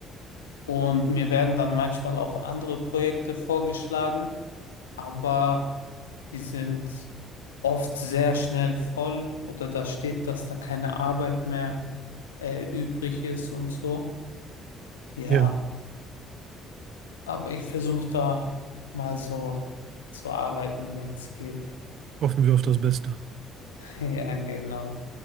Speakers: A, on the left; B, on the right.
A: Und mir werden dann manchmal auch andere Projekte vorgeschlagen, aber die sind oft sehr schnell voll oder da steht, dass da keine Arbeit mehr äh, übrig ist und so. Ja,
B: ja,
A: aber ich versuche da mal so zu arbeiten, wenn es geht.
B: hoffen wir auf das Beste.
A: <laughs> Ja, genau.